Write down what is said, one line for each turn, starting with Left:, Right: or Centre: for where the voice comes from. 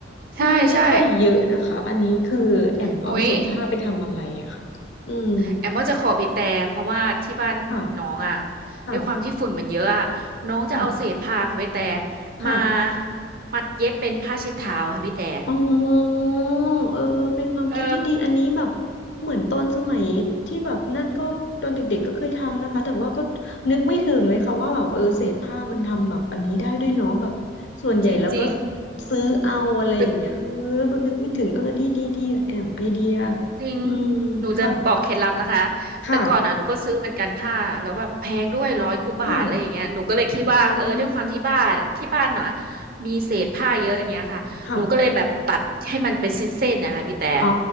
Right: ใช่ใช่
Left: มีไม่ค่อยเยอะนะคะอันนี้คือแอมเอาเศษผ้าไปทำอะไรอะค่ะอืม
Right: โอ้ยแอมว่าจะขอพี่แต่เพราะว่าที่บ้านน้องอ่ะ
Left: ค่ะค่ะ
Right: ด้วยความที่ฝุ่นมันเยอะอ่ะน้องจะเอาเศษผ้าค่ะพี่แต่
Left: ค่ะค่ะ
Right: มามัดเย็บเป็นผ้าเช็ดเท้าค่ะพี่แต่
Left: อ๋อเออเป็นความคิดที่ดีอันนี้แบบ
Right: เออ
Left: เหมือนตอนสมัยที่แบบนั่นก็ตอนเด็กๆก็เคยทำนะคะแต่ว่าก็นึกไม่ถึงเลยค่ะว่าแบบเออเศษผ้ามันทำแบบอันนี้ได้ด้วยเนาะแบบส่วนใหญ่แล้วก็
Right: จริง
Left: ซื้อเอาอะไรอย่างเงี้ยเออก็นึกไม่ถึงเออดีดีดีอะแอมไอเดีย
Right: ๆ จริง
Left: อืม
Right: หนูจะบอกเคล็ดลับนะคะ
Left: ค่ะค่ะ
Right: แต่ก่อนอ่ะหนูก็ซื้อเหมือนกันผ้าแล้วแบบแพงด้วยร้อยกว่าบาทอะไรอย่างเงี้ยหนูก็เลยคิดว่าเออด้วยความที่บ้านที่บ้านเนาะ
Left: ค่ะอืม
Right: มีเศษผ้าเยอะอย่างเงี้ยค่ะหนูก็เลยแบบตัดให้มันเป็นเส้นๆนะคะพี่แต่
Left: ค่ะอ๋อ